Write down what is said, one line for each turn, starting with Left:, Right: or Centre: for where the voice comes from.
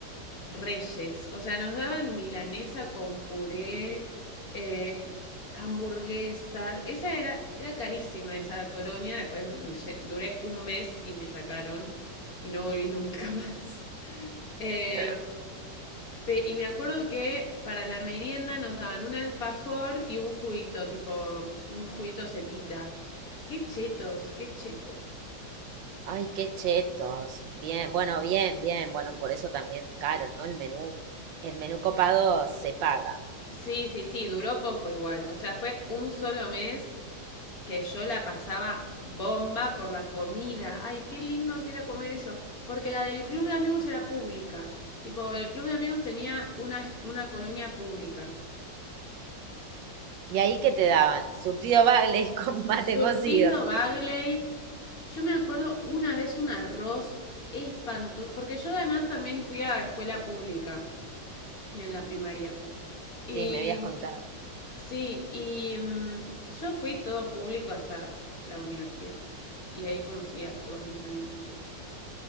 Left: reyes. O sea, nos daban milanesa con puré, eh, hamburguesas. Esa era, era carísima esa colonia. Después me duré un mes y me sacaron y no volví <laughs> nunca más. Eh,
Right: <laughs>
Left: Pe- y me acuerdo que para la merienda nos daban un alfajor y un juguito, tipo un juguito cepita. Qué chetos, qué chetos.
Right: Ay, qué chetos. Bien, bueno, bien, bien. Bueno, por eso también caro, ¿no? El menú, el menú copado se paga.
Left: Sí, sí, sí, duró poco igual. O sea, fue un solo mes que yo la pasaba bomba por la comida. Ay, qué lindo que era comer eso. Porque la del club de amigos era pública. Tipo, el club de amigos tenía una, una colonia pública.
Right: ¿Y ahí qué te daban? Surtido bagley con mate
Left: Surtido,
Right: cocido.
Left: Bagley. Yo me acuerdo una vez un arroz espantoso, porque yo además también fui a escuela pública en la primaria. Y
Right: Sí, me habías contado.
Left: sí, y mm, yo fui todo público hasta la universidad. Y ahí conocí a todos mis amigos chetos.